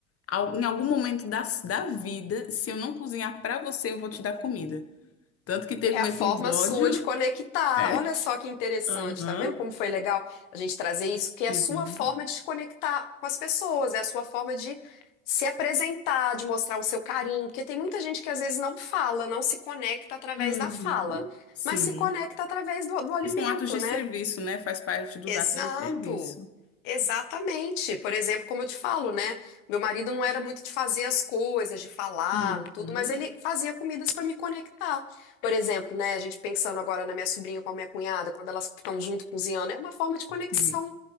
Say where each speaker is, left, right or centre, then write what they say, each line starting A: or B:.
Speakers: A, on the left (about 35°); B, on the left (about 65°).
A: Al- Em algum momento da, da vida, se eu não cozinhar pra você, eu vou te dar comida. Tanto que teve
B: É a
A: um episódio.
B: forma sua de conectar.
A: <laughs> É.
B: Olha só que interessante,
A: Aham.
B: tá vendo como foi legal a gente trazer isso, que é
A: Sim.
B: a sua forma de se conectar com as pessoas, é a sua forma de se apresentar, de mostrar o seu carinho, porque tem muita gente que às vezes não fala, não se conecta através
A: Uhum.
B: da fala,
A: Sim.
B: mas se conecta através do, do alimento,
A: Que são atos de
B: né?
A: serviço, né? Faz parte dos
B: Exato,
A: atos de serviço.
B: exatamente. Por exemplo, como eu te falo, né? Meu marido não era muito de fazer as coisas, de falar,
A: Uhum.
B: tudo, mas ele fazia comidas para me conectar. Por exemplo, né? A gente pensando agora na minha sobrinha com a minha cunhada, quando elas estão junto cozinhando, é uma forma de conexão.
A: Sim.